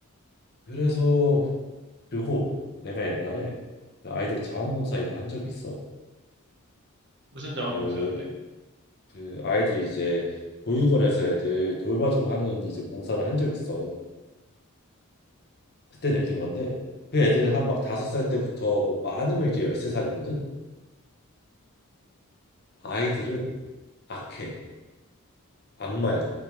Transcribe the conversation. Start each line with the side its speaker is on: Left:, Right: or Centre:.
Left: 그래서
Right: 음,
Left: 그리고 내가 옛날에 그 아이들 자원봉사 일을 한 적이 있어.
Right: 무슨 자원봉사인데?
Left: 그 그 아이들이 이제 보육원에서 애들 돌봐주고 하는 이제 봉사를 한 적 있어. 그때 느낀 건데 그 애들 한 막 다섯 살 때부터 뭐 많으면 이제 열세 살이거든. 아이들은 악해, 악마야.